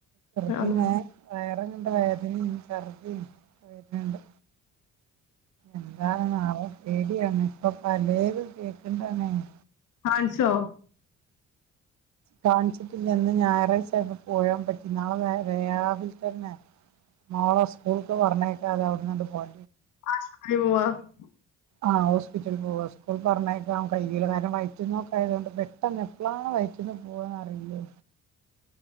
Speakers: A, on the right; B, on the left.
A: ദിനെ
B: അതാ
A: വയറെ കണ്ട് വേദനയും വെര്ണ്ട് എന്താണാവോ പേടിയാണ് ഇപ്പൊ പലേതും കേക്ക്ണ്ടാണെയ്‌
B: ന്ച്ചോ
A: കാണിച്ചിട്ടില്ലന്ന് ഞായറായിച്ചേണ് പോയാൻ പറ്റി നാളെ വേറെ രാവില് തന്നെ നാളെ സ്കൂൾക്ക് പറഞ്ഞേക്കാതെ അവിട്ന്നണ്ട് പോയ
B: <unintelligible>
A: ആഹ് ഹോസ്പിറ്റലിൽ പോവാ സ്കൂൾക്ക് പറഞയക്കാൻ കയ്യൂല കാരണം വായറ്റിന്നോക്ക ആയത് കൊണ്ട് പെട്ടെന്ന് എപ്പോളാണ് വയ റ്റ്ന്ന് പോവാന്ന്റിയില്ലേ